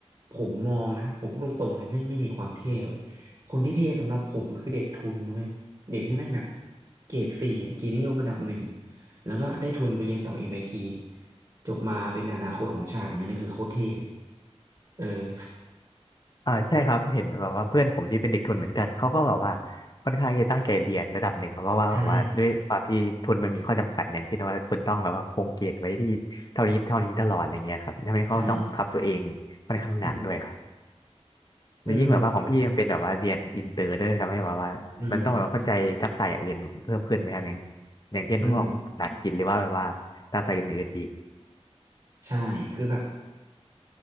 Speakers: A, on the right; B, on the left.
A: ผมมองนะผมพูดตรงๆเลยไม่งไม่มีความเท่เว้ยคนที่เท่สำหรับผมคือเด็กทุนด้วยเด็กที่แม่งแบบเกรดสี่อะเกียรตินิยมระดับหนึ่งแล้วก็ได้ทุนไปเรียนต่อ MIT จบมาเป็นอนาคตของชาติอย่างนั้นนี่นคือโคตรเท่เออ
B: อ่าใช่ครับเห็นแบบว่าเพื่อนผมที่เป็นเด็กทุนเหมือนกันเขาก็แบบว่าค่อนข้างจะตั้งใจเรียนระดับหนึ่งครับเพราะว่าแบบว่าด้วยความที่ทุนมันมีข้อจำกัดอย่างเช่นว่าคุณต้องแบบว่าคงเกรดไว้ที่เท่านี้เท่านี้ตลอดอะไรเงี้ยครับทำให้เขาต้องบังคับตัวเองค่อนข้างหนักด้วยครับ
A: ใช่ใช่อืม
B: แล้วยิ่งแบบว่าของพี่มันเป็นแบบว่าเรียนอินเตอร์ด้วยทำให้แบบว่ามันต้องแบบว่าเข้าใจทักษะอย่างอื่นเพิ่มขึ้นไหมครับอย่าง
A: อืมอืม
B: อย่างเช่นพวกภาษาอังกฤษหรือว่าแบบว่าภาษาอื่นๆอีก
A: อืมใช่คือแบบ